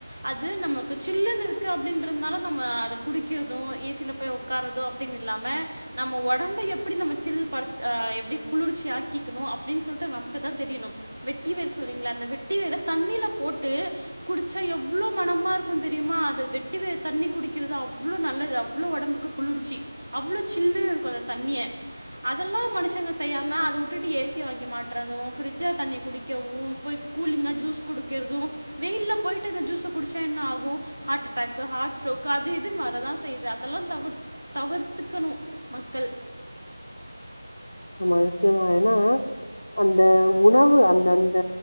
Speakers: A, on the right (about 65°); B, on the left (about 45°).
A: அது நமக்கு சில்லுன்னு இருக்கு அப்டின்றதுனால நம்ம அத குடிக்கிறது ஏ சில போய் உக்கார்றது அப்டின் இல்லாம நம்ம ஒடம்ப எப்டி நம்ம சில் படு ஆ எப்டி குளிர்ச்சி ஆக்கிக்கணு அப்டின் சொல்லிட்டு ந தெரியனு வெட்டி வேர் சொன்னீங்கள அந்த வெட்டி வேர் தண்ணில போட்டு குடிச்சா எவ்ளோ மனமா இருக்கு தெரியுமா அது வெட்டி வேர் தண்ணி குடிக்குறது அவ்ளோ நல்லது அவ்ளோ ஒடம்புக்கு குளிர்ச்சி அவ்ளோ சில்லுணு இருக்கு அந்த தண்ணிய அதல்லா மனுசங்க செய்யாம அத உட்டுட்டு ஏ சிய வாங்கி மாட்ட கட்டுறது பிரிட்ஜல தண்ணி குடிக்கவு போய் கூலிங்கா ஜூஸ் குடுக்கிறது வெயில்ல போய்ட்டு அந்த ஜூஸ குடிச்சா என்ன ஆகு ஹார்ட் அட்டாக்கு ஹார்ட் ஸ்ட்ரோக் அது இதுன் வரதா செய்யுது அதெல்லா தவிர் தவிர்த்துக்கணு மக்கள்
B: மா நிச்சியமா ஏனா அந்த உணவு அந்த அந்த